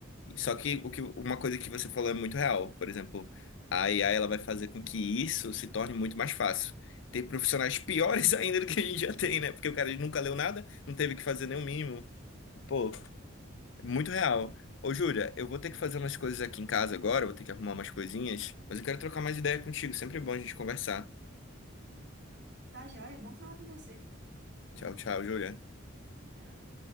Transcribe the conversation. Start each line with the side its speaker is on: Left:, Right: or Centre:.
Left: Só que, o que uma coisa que você falou é muito real. Por exemplo, a IA ela vai fazer com que isso se torne muito mais fácil. Ter profissionais piores <laughs> ainda do que a gente já tem, né? Porque o cara nunca leu nada, não teve que fazer nenhum mínimo. Pô, é muito real. Ô, Júlia, eu vou ter que fazer umas coisas aqui em casa agora, vou ter que arrumar umas coisinhas, mas eu quero trocar mais ideia contigo. Sempre é bom a gente conversar.
Right: Tá, joia, é bom falar com você.
Left: Tchau, tchau, Júlia.
Right: Tchau.